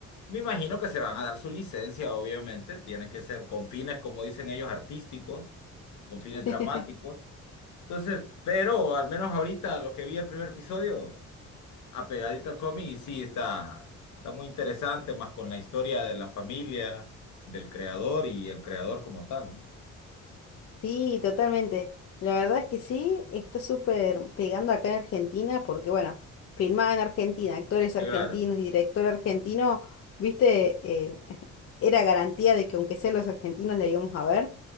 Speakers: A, on the left; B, on the left.
A: Me imagino que se van a dar su licencia, obviamente. Tiene que ser con fines, como dicen ellos, artísticos, con fines dramáticos.
B: <laughs>
A: Entonces, pero al menos ahorita lo que vi el primer episodio, apegadito al cómic, y sí, está, está muy interesante, más con la historia de la familia, del creador y el creador como tal, ¿no?
B: Sí, totalmente. La verdad es que sí, está súper pegando acá en Argentina porque, bueno, filmada en Argentina, actores argentinos
A: Y claro.
B: y director argentino, viste, eh, <laughs> era garantía de que aunque sea los argentinos la íbamos a ver.